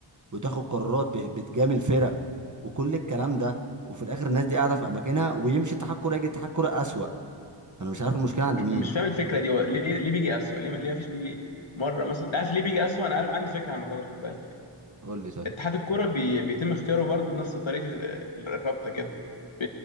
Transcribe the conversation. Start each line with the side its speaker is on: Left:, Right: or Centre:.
Right: وتاخد قرارات ب- بتجامل فرق وكل الكلام ده وفي الآخر الناس دي قاعدة في أماكنها ويمشي اتحاد كورة يجي اتحاد كورة أسوأ أنا مش عارف المشكلة عند مين
Left: مش فاهم الفكره دي هو ليه ليه بيجي اسوأ ليه ليه مفيش بيجي مره مثلا انت عارف ليه بيجي اسوأ انا عارف عندي فكره عن الموضوع ده خد بالك
Right: قول لي طيب
Left: اتحاد الكوره بي... بيتم اختياره برضه بنفس طريقه الرابطه كده ب...